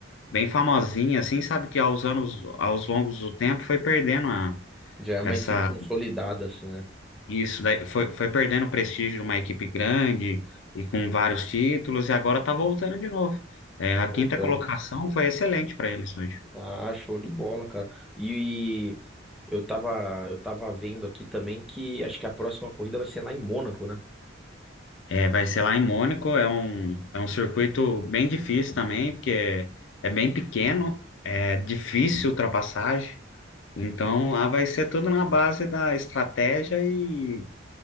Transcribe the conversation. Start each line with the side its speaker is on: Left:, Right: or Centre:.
Left: bem famosinha, assim, sabe que aos anos, aos longos do tempo, foi perdendo a,
Centre: Já é uma
Left: essa,
Centre: equipe consolidada, assim, né?
Left: isso daí, foi, foi perdendo o prestígio de uma equipe grande e com vários títulos, e agora tá voltando de novo. É,
Centre: Tá
Left: a
Centre: voltando.
Left: quinta colocação foi excelente para eles hoje.
Centre: Ah, show de bola, cara. E, eu tava, eu tava vendo aqui também que acho que a próxima corrida vai ser lá em Mônaco, né?
Left: É, vai ser lá em Mônaco, é um, é um circuito bem difícil também, porque é, é bem pequeno, é difícil ultrapassagem. Então, lá vai ser tudo na base da estratégia e,